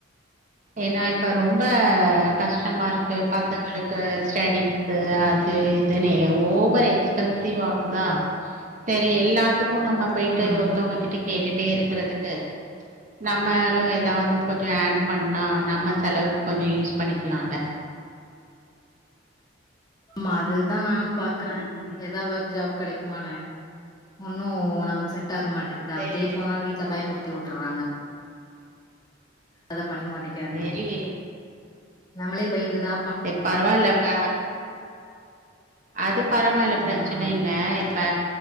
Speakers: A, on the right; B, on the left.
A: ஏனா இப்ப ரொம்ப கஷ்டமாருக்கு பசங் ங்களுக்கு ஸ்டடிஸு அ துக்கு தெனயு ஓவர் எக்ஸ்பென்சிவ் ஆகுதா செரி எல்லாத்து சும்மா போய்ட்டு
B: ம்
A: ஒருத்தோங்க
B: ம்
A: கிட்ட கேட்டுட்டே இருக்றதுக்கு நம்மளு எதாவ்து கொஞ்சோ ஏர்ன் பண்ணா நம்ம செலவுக்கு கொஞ்சோ யூஸ் பண்ணிக்லால
B: ஆமா அது தா நானு பாக்குறே
A: ம்
B: எதா ஒர்க் ஜாப் கெடைக்குமானு ஒன்னு நமக்கு செட் ஆக மாட்டேக்கிது அப்டியே
A: சேரி
B: போனாலு வீ ட்ல பயமுருத்தி வுட்டுறாங்க அத பண்ணி மாட்டிக்காதனு
A: சேரி
B: நம்ளே பய்ந்து தா
A: ஏ பரவால்லப்பா அது பரவால்ல பிரச்சனயில்ல
B: ம் ம்
A: இ ப்ப